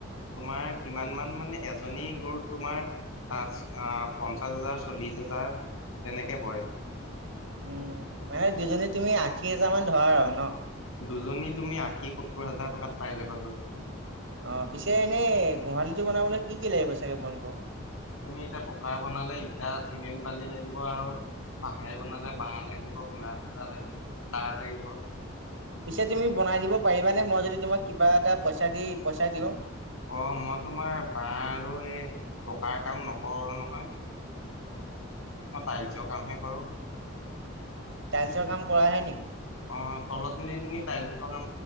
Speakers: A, on the left; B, on the right.
A: তোমাৰ কিমান মান মানে এজনী গৰু তোমাৰ তাত আহ পঞ্চাশ হাজাৰ চল্লিশ হাজাৰ তেনেকে পৰে।
B: উম মানে দুজনীত তুমি আশী হেজাৰ মান ধৰা আৰু ন?
A: দুজনী তুমি আশী সত্তৰ হাজাৰ টকাত পাই যাবা বাৰু।
B: অ', পিছে এনেই গোহালিটো বনাবলৈ কি কি লাগিব চাগে বন্ধু?
A: তুমি এতিয়া পকাৰ বনালে ইটা চিমেণ্ট বালি লাগিব আৰু বাঁহেৰে বনালে বাঁহ লাগিব গুণা সুঁতা লাগিব তাঁৰ লাগিব। <inaudible>
B: পিছে তুমি বনাই দিব পাৰিবানে মই যদি তোমাক কিবা এটা পইচা দি পইচা দিওঁ।
A: অ', মই তোমাৰ বা আৰু এই পকাৰ কাম নকৰো নহয়। মই টাইলছৰ কামহে কৰো।
B: টাইলছৰ কাম কৰা হে নেকি?
A: অ', তলত যদি তুমি টাইলছ লগাম